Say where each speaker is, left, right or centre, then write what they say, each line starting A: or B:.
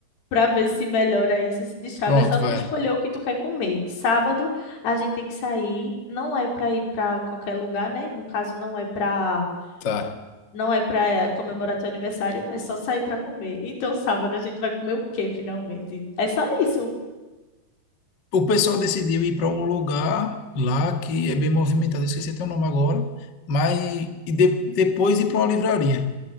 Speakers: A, on the left; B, on the left.
A: pra ver se melhora isso, se destrava.
B: Pronto,
A: É só tu
B: vai.
A: escolher o que tu quer comer. Sábado a gente tem que sair, não é pra ir pra qualquer lugar, né? No caso, não é pra,
B: Tá.
A: não é pra eh, comemorar teu aniversário, é só sair pra comer. Então, sábado a gente vai comer o quê, finalmente? É só isso.
B: O pessoal decidiu ir para um lugar lá que é bem movimentado, eu esqueci até o nome agora, mas e de- depois ir para uma livraria.